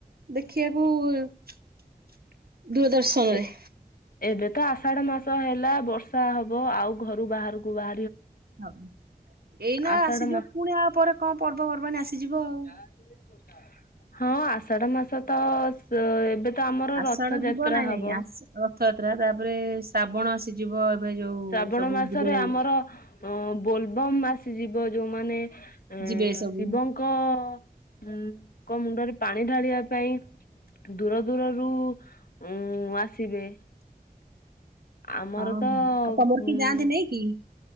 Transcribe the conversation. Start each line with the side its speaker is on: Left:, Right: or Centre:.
Right: ଦେଖିବାକୁ ଦୁର ଦର୍ଶନ
Left: ଏ
Right: ରେ।
Left: ଏବେ ତ ଆଷାଢ ମାସ ହେଲା ବର୍ଷା ହବ ଆଉ ଘରୁ ବାହାରକୁ ବା
Right: ହ ଏଇନା
Left: ଆଷାଢ
Right: ଆସିଯିବ
Left: ମା
Right: ପୁଣି ଆ ପରେ କଣ ପର୍ବପର୍ବାଣିୀ ଆସିଯିବ। ଆଉ।
Left: <unintelligible> ହଁ ଆଷାଢ ମାସ ତ ସ ଏବେ ତ ଆମର
Right: ଆଷାଢ
Left: ରଥଯାତ୍ରା
Right: ଯିବ ନାଇଁ
Left: ହବ।
Right: ନାଇଁ ଆସ, ରଥଯାତ୍ରା ତାପରେ ଶ୍ରାବଣ ଆସିଯିବ ଏବେ ଯୋଉ
Left: ଶ୍ରାବଣ
Right: ସବୁ
Left: ମାସରେ
Right: ଯିବେ
Left: ଆମର ଅ ବୋଲବମ ମାସ ସେ ଯିବ ବ ଯୋଉମାନୋ ଅ
Right: ଯିବେ ସବୁ
Left: ଶିବଙ୍କ ଉ ଙ୍କ ମୁଣ୍ଡରେ ପାଣି ଢାଳିବା ପାଇଁ ଦୂର ଦୂରରୁ ଉମ ଆସିବେ। ଆମର
Right: ହଁ
Left: ତ
Right: ହଁ ଆଉ ତମର
Left: ଉଁ
Right: କି ଯାଆନ୍ତି ନାଇଁ କି?